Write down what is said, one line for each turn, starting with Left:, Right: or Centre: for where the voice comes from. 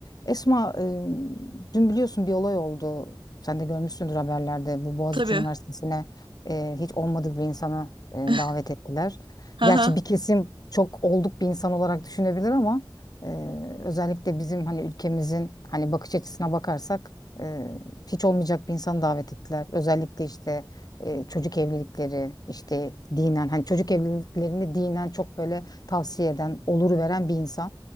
Left: Esma, e, dün biliyorsun bir olay oldu. Sen de görmüşsündür haberlerde. Bu Boğaziçi
Right: Tabii.
Left: Üniversitesi'ne e, hiç olmadık bir insanı e, davet
Right: <laughs>
Left: ettiler.
Right: Hı
Left: Gerçi bir kesim çok olduk bir insan olarak düşünebilir ama e, özellikle bizim hani ülkemizin hani bakış açısına bakarsak e, hiç olmayacak bir insanı davet ettiler. Özellikle işte e, çocuk evlilikleri, işte dinen hani çocuk evliliklerini dinen çok böyle tavsiye eden, olur veren bir insan.